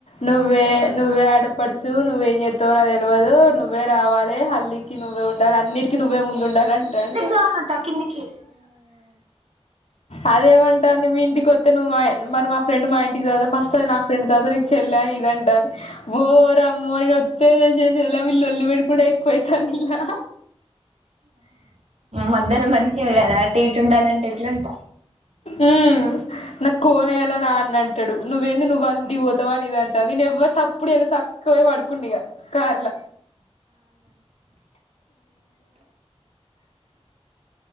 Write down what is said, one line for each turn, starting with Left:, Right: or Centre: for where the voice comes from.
Left: నువ్వే నువ్వే ఆడపడుచు నువ్వేం చేతావు నా తెలివదు నువ్వే రావాలి హల్ నువ్వే ఉండాలి అన్నిటికి నువ్వే ముందు ఉండాలింటాను
Right: పోవాలంటకిందికి
Left: అదేమంటాంది మీ ఇంటికోతె నువ్వు మా మరి మా ఫ్రెండ్ మా ఇంటికి రాదా ఫస్ట్ అది నాకు ఫ్రెండ్ తర్వాత నీకు చెల్లి అని ఇదంట అది బో రమ్మోని పెట్టేది లె చేసేలె వీళ్లు లొల్లిబడి లొల్లి పెట్టుకోనుడె ఎక్కువైతానుల్లా
Right: మధ్యలో మంచివి కదా అటు ఇటు ఉండాలంటే ఎట్లుంటా
Left: ఊ నాకు కోనేయ్యాల నా అన్న అంటాడు నువ్వేంది నువ్వు అని అని ఇది అంటది నేనువ్వరు సప్పుడు చెలా సక్కువే పడుకుండి ఇక కార్ల